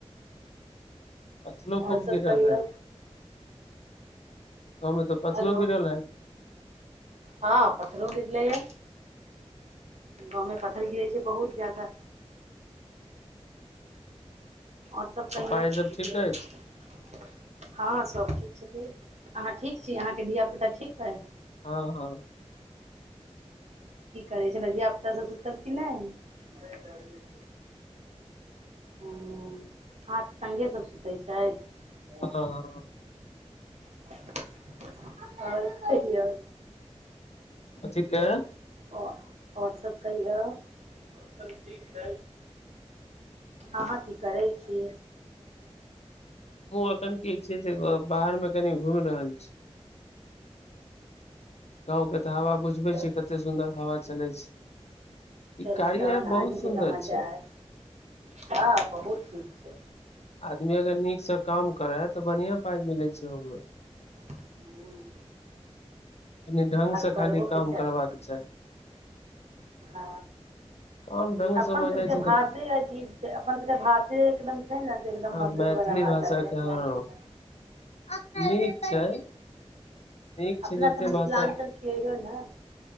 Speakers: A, on the left (about 70°); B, on the right (about 80°).
A: पथरो
B: आओर
A: खूब
B: सब
A: गिरल
B: कहियौ
A: हन। गाँवमे त पथरो
B: हेलो
A: गिरल हं।
B: हँ पथरो गिरले ह गाँवमे पथर गिरे छै बहुत ज़्यादा। और सभ
A: पप्पा
B: कहियौ? <unintelligible>
A: ई सब ठीक अछि
B: हँ सभ ठीक छथिन। अहाँ ठीक छी अहाँके धियापुता ठीक अइ?
A: हँ-हँ
B: की करै छलै धियापुता सब सुतल कि नहि? नहि जागले। ह अहाँके सङ्गे सभ सुतै छथि? ह
A: ह
B: <unintelligible> और कहियो? <unintelligible>
A: कथी के
B: आ और सभ कहियो? सब ठीक छै। अहाँ की करै छी?
A: हमहूँ एखन की छै से बाहर मे कनि घुमि रहल छी। गाँव के तऽ हवा बुझबै
B: चलू
A: छियै कते सुन्दर हवा चलै छै।
B: चलू
A: ई कार्या
B: तहन
A: ऐप बहुत
B: अहीँके
A: सुन्दर
B: तऽ मजा
A: छै।
B: अइ हँ बहुत सुन्दर।
A: आदमी अगर नीक सँ काम करै तऽ बढ़िआँ पाइ मिलै छै ओयमे
B: हू
A: कनि ढ्ंग से
B: करहोके
A: खाली काम करबाक चाही।
B: ह
A: काम ढंग
B: अपन
A: से भऽ
B: सबके
A: जाइ छै
B: भाषे
A: तऽ
B: अजीब छै अपन सबके भाषे एकदम छै ने एकदम
A: हँ
B: मधुर
A: मैथिली
B: वाला भाषा
A: हँ
B: छै। मैथिली भाषा
A: <unintelligible> नीक छै नीक
B: अपना
A: छै जते
B: सब मिथिलाञ्चल
A: भाषा <unintelligible> ह
B: छियै यौ ने